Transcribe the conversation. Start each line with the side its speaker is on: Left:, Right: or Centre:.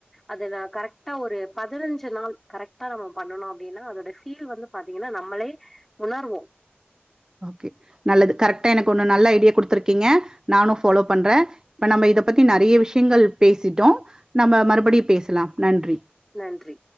Centre: அது நா கரெக்டா ஒரு பதினஞ்சு நாள் கரெக்டா நம்ம பண்ணனு அப்டின்னா அதோட ஃபீல் வந்து பாத்தீங்கனா நம்மளே உணருவோ
Right: ஓகே நல்லது கரெக்டா எனக்கு ஒன்னு நல்ல ஐடியா குடுத்துருக்கீங்க நானு ஃபாலோ பண்றே இப்ப நம்ம இத பத்தி நறைய விஷயங்கள் பேசிட்டோ நம்ம மறுபடியு பேசலா நன்றி
Centre: நன்றி